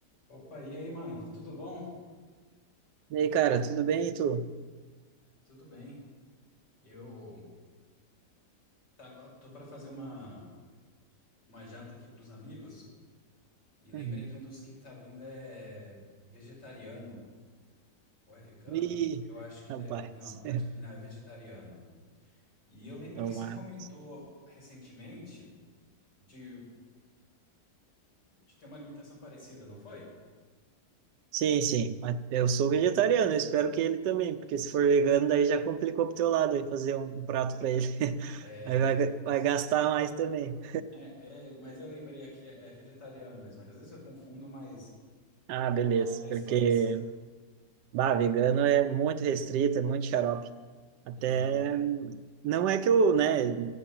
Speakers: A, on the left; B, on the right.
A: Opa, e aí, mano? Tudo bom?
B: E aí, cara, tudo bem, e tu?
A: Tudo bem. Eu tava, tô para fazer uma, uma janta aqui para os amigos e lembrei
B: Uhum.
A: que um dos que tá vindo é vegetariano ou é vegano?
B: Ih,
A: Eu acho que
B: rapaz,
A: ele é, não, eu
B: <laughs>
A: acho- ele não é vegetariano. E eu lembro
B: tomar.
A: que você comentou recentemente de, de ter uma alimentação parecida, não foi?
B: Sim, sim, mas eu sou vegetariano, eu espero que ele também, porque se for vegano, daí já complicou pro teu lado, aí fazer um, um prato pra ele, <laughs>
A: É
B: aí
A: mais
B: vai, ga-
A: difícil.
B: vai gastar mais também.
A: É, é, mas eu lembrei aqui, é é vegetariano mesmo. Às vezes eu confundo, mas
B: Ah, beleza,
A: a memória já esclareceu.
B: porque, bah, vegano é muito restrito, é muito xarope. Até
A: Uhum.
B: não é que eu, né,